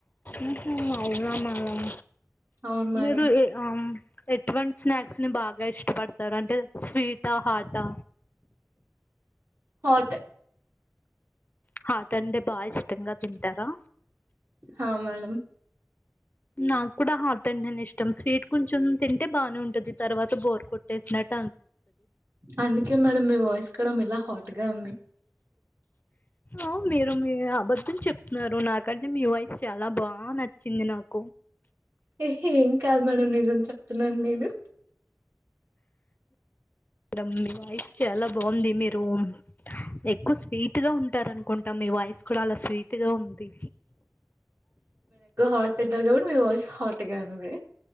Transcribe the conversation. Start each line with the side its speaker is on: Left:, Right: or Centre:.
Left: ఉంహు అవునా మేడం
Right: అవును మేడం
Left: మీరు ఎటువంటి స్నాక్స్ ని బాగా ఇష్టపడతార అంటే స్వీటా హాటా
Right: హాట్
Left: ఆ హాట్ బాగా ఇష్టంగా తింటారా
Right: హా మేడమ్
Left: నాకు కూడా హార్ట్ అంటేనే ఇష్టం, స్వీట్ కొంచెం తింటే బానే ఉంటది. తర్వాత బోర్ కొట్టేసినట్ట
Right: అందుకే మేడం మీ వాయిస్ కూడా మీలా హర్ట్ గా ఉంది.
Left: ఆ మీరు మీ అబద్ధం చెప్తున్నారు. నాకంటే మీ వాయిస్ చాలా బా నచ్చింది. నాక్
Right: ఏహే ఏం కాదు మేడం నిజం చెప్తున్నాను. నేను
Left: మేడం మీ వైస్ చాలా బావుంది. మీరు ఎక్కువ స్వీట్ టుదా ఉంటారు అనుకుంటా మీ వాయిస్ కూడా అలా స్వీట్గా ఉంది.
Right: వాడు తింటారు, కాబట్ మీ వాయిస్ హాట్ గా ఉంది.